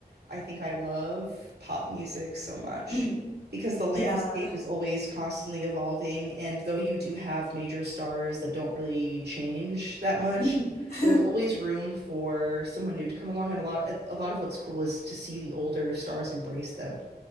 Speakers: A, on the right; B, on the left.
A: I think I love pop music so much
B: Mhm.
A: because the landscape
B: Yeah.
A: is always constantly evolving. And though you do have major stars that don't really change that much,
B: Mhm. <laughs>
A: there's always room for someone new to come along. And a lot, a lot of what's cool is to see the older stars embrace them.